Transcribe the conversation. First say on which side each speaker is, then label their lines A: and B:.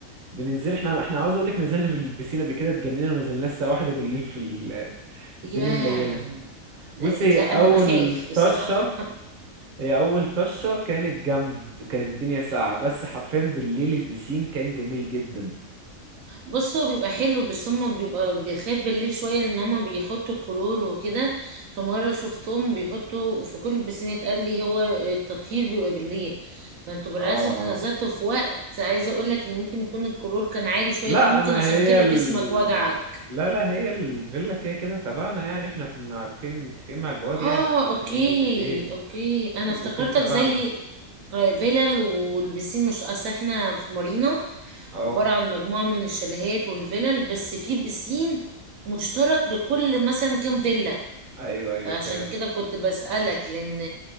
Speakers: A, on the right; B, on the right.
A: بننزل احنا احنا عاوز اقولك نزلنا بالبسين قبل كده اتجننا ونزلنا الساعه واحدة بالليل في ال... الدنيا
B: ياه
A: مليله
B: ده
A: بصي هي
B: لا
A: اول
B: انا بخاف بصراحه
A: طشه هي اول طشه كانت جامد كانت الدنيا ساقعه بس حرفيا بالليل البسين كان جميل جدا
B: بص هو بيبقى حلو بس هما بيبقى بيخاف بالليل شوية لأن هما بيحطوا الكلور وكده فمرة شفتهم بيحطوا في كل البسينات قال لي هو التطهير بيبقى بالليل فانتوا بالعكس
A: اه
B: انتوا نزلتوا في وقت عايزة اقولك ان ممكن يكون الكلور كان عالي شوية
A: لا
B: فيه ممكن
A: ما
B: عشان
A: هي
B: كده
A: ال...
B: جسمك وجعك
A: لا لا هي الفيلا كده كده تبعنا يعني احنا كنا عارفين متفقين مع البواب
B: اه
A: يعني ان احنا
B: اوكي
A: هننزل بالليل
B: اوكي انا
A: والبسين
B: افتكرتك
A: تبعنا
B: زي آه، فيلل والبسين مش اصل احنا في مارينا
A: اه
B: عبارة عن مجموعة من الشاليهات والفلل بس في بسين مشترك لكل مثلا كام فيلا
A: ايوه ايوه
B: فعشان
A: فاهم
B: كده كنت بسألك لأن